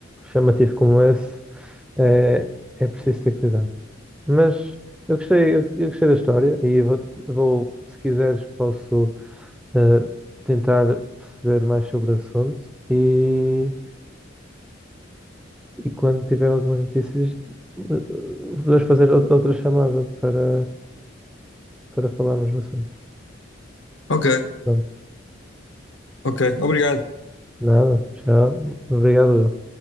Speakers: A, in the centre; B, on the left.
A: chamativo como esse, é, é preciso ter cuidado. Mas eu gostei, eu, eu gostei da história e vou, vou, se quiseres, posso eh, tentar perceber mais sobre o assunto e E quando tiver algumas notícias, eh, podemos fazer ou- outra chamada para, para falarmos do assunto.
B: Ok,
A: Pronto.
B: ok, obrigado.
A: Nada. Tchau. Obrigado.